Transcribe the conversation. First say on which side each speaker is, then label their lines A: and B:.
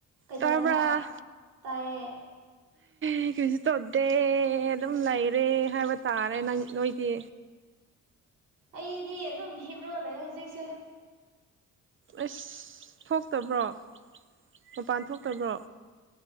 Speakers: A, on the right (about 80°); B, on the right (about 40°).
A: ꯀꯩꯗꯧꯔꯤꯅꯣ
B: ꯇꯥꯕ꯭ꯔꯥ
A: ꯇꯥꯏꯌꯦ <inaudible>
B: ꯑꯩ ꯀꯩꯁꯨ ꯇꯧꯗꯦ ꯑꯗꯨꯝ ꯂꯩꯔꯦ ꯍꯥꯏꯕ ꯇꯥꯔꯦ ꯅꯣꯏꯗꯤ
A: ꯑꯩꯗꯤ ꯑꯗꯨꯝ ꯍꯤꯞꯄꯒ ꯂꯩꯌꯦ ꯍꯧꯖꯤꯛꯁꯦ
B: ꯑꯁ ꯊꯣꯛꯇꯕ꯭ꯔꯣ ꯃꯄꯥꯟ ꯊꯣꯛꯇꯕ꯭ꯔꯣ